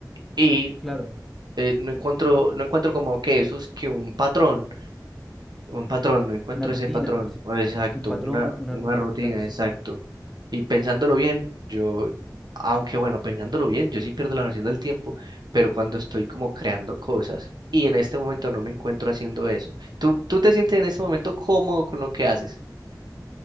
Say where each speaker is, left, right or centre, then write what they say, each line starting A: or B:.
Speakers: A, on the right; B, in the centre.
A: y
B: Claro,
A: eh, no encuentro, no encuentro como que eso es que un patrón. Un patrón, no encuentro
B: una rutina,
A: ese patrón.
B: sí,
A: o Exacto,
B: un patrón,
A: una,
B: una
A: una
B: rutina,
A: rutina,
B: claro, sí.
A: exacto. Y pensándolo bien, yo, aunque bueno, pensándolo bien, yo sí pierdo la noción del tiempo, pero cuando estoy como creando cosas y en este momento no me encuentro haciendo eso. ¿Tú, tú te sientes en este momento cómodo con lo que haces?